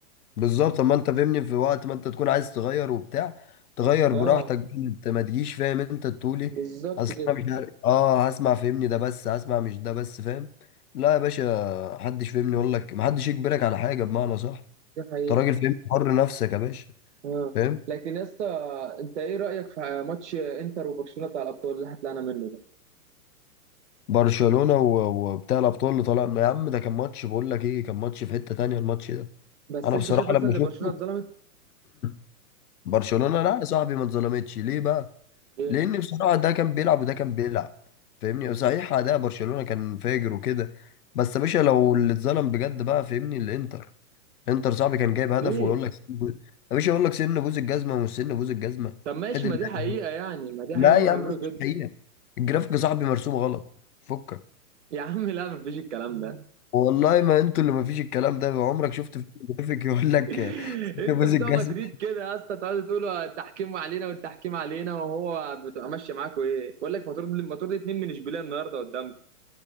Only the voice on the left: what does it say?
بالظبط طب ما انت فهمني في وقت ما انت تكون عايز تغير وبتاع تغير براحتك
بقى، انت ما تجيش فاهم انت تقولي
اصل
انا مش عارف اه هسمع فهمني ده بس هسمع مش ده بس فاهم لا يا باشا محدش فهمني يقول لك محدش يجبرك على حاجة بمعنى صح
انت راجل فهمني حر نفسك يا باشا
فاهم
برشلونة و- وبتاع الأبطال اللي طالع يا عم ده كان ماتش بقول لك إيه كان ماتش في حتة تانية الماتش ده
أنا
بصراحة
لما
شفته
<clears throat> برشلونة لا يا صاحبي ما اتظلمتش ليه بقى؟
لأن بصراحة ده كان بيلعب وده كان بيلعب فاهمني صحيح أداء برشلونة كان فاجر وكده بس يا باشا لو اللي اتظلم بجد بقى فاهمني الإنتر إنتر صاحبي كان جايب هدف
ويقول لك سن بوز- يا باشا يقول لك سن بوز الجزمة ومش سن بوز الجزمة
حد اللي.
لا
يا
عم
مش حقيقة الجرافيك يا صاحبي مرسوم غلط فكك
والله ما انتوا اللي ما فيش الكلام ده عمرك شفت فيلم جرافيك يقول لك
<laughs> آه، ست
بوز
الجزمه